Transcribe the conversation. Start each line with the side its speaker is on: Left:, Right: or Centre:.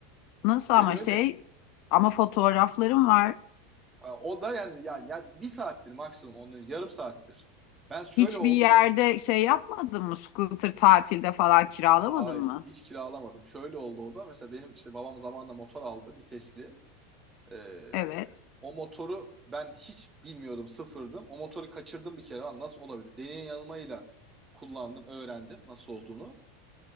Left: nasıl
Right: öyle
Left: ama
Right: öyle.
Left: şey ama fotoğraflarım var.
Right: O da yani ya, ya bir saattir maksimum onun yarım saattir. Ben şöyle
Left: Hiçbir
Right: oldu.
Left: yerde şey yapmadın mı? Scooter tatilde falan kiralamadın
Right: Hay
Left: mı?
Right: hiç kiralamadım. Şöyle oldu o da. Mesela benim işte babam zamanında motor aldı vitesli. Ee,
Left: Evet.
Right: o motoru ben hiç bilmiyordum sıfırdım. O motoru kaçırdım bir kere. Lan nasıl olabilir? Deneye yanılmayla kullandım öğrendim nasıl olduğunu.